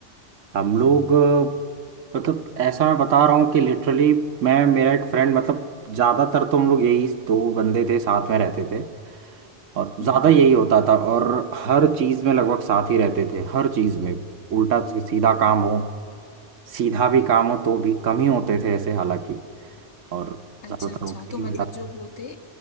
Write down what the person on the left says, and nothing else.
हम्म
हम्म।
अच्छा
अच्छा
तो
मतलब
जो
वो थे